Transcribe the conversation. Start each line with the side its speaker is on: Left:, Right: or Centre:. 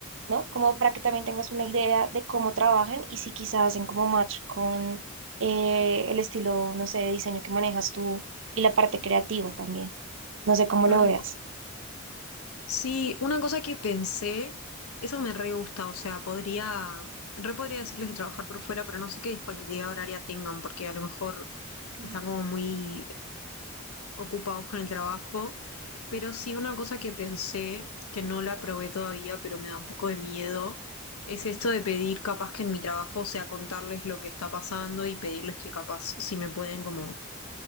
Right: ¿no? Como para que también tengas una idea de cómo trabajan y si quizás hacen como match con eh, el estilo, no sé, de diseño que manejas tú y la parte creativa también. No sé cómo
Left: claro.
Right: lo veas.
Left: Sí, una cosa que pensé, eso me re gusta, o sea, podría, re podría decirles de trabajar por fuera, pero no sé qué disponibilidad horaria tengan, porque a lo mejor
Right: Ok.
Left: están como muy ocupados con el trabajo, pero sí una cosa que pensé, que no la probé todavía, pero me da un poco de miedo, es esto de pedir capaz que en mi trabajo, o sea, contarles lo que está pasando y pedirles que capaz si me pueden como